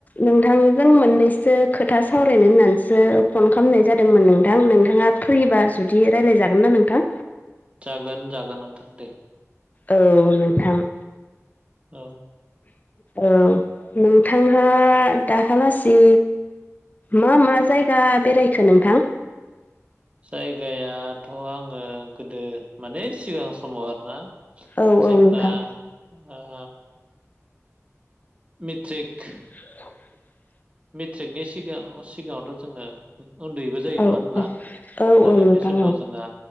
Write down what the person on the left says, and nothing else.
नोंथांजों मोननैसो खोथा सावरायनो होननानैसो। फन खालामनाय जादोंमोन नोंथां। नोंथाङा फ्रिबा जुदि रायज्लायजागोन ना नोंथां?
औ नोंथां।
औ नोंथांहा दाहालासि मा मा जायगा बेरायखो नोंथां?
औ औ
नोंथां
<inaudible>
औ
औ औ
नोंथां
औ